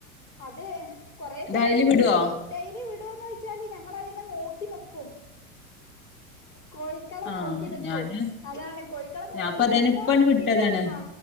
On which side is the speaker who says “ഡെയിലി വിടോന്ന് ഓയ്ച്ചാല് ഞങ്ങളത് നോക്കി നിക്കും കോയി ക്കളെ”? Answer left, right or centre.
Left